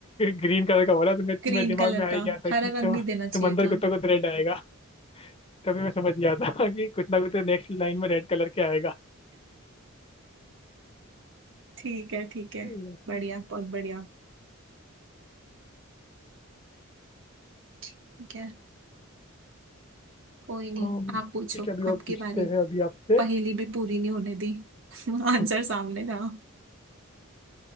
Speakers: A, on the left (about 25°); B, on the right (about 60°).
A: ग्रीन कलर का बोला तो मैं
B: ग्रीन
A: मेरे दिमाग
B: कलर
A: में आ ही
B: का
A: गया था
B: हरा
A: कि
B: रंग
A: तुम
B: नहीं देना चाहिए
A: तुम अंदर
B: था
A: कुत्ता को तो रेड आएगा तभी मैं समझ गया था <laughs> कि कुछ ना कुछ तो नेक्स्ट लाइन में रेड कलर के आएगा
B: ठीक है ठीक है
A: सही है।
B: बढ़िया बहुत बढ़िया ठीक है कोई नहीं
A: अम,
B: आप पूछो
A: ठीक है अभी
B: आपकी
A: और पूछते
B: बारी
A: हैं अभी आपसे
B: पहेली भी पूरी नहीं होने दी आंसर
A: हम्म,
B: सामने था